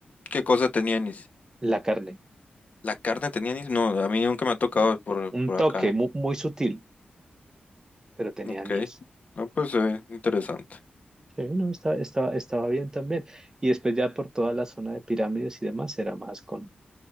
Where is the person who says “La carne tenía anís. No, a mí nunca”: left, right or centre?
Left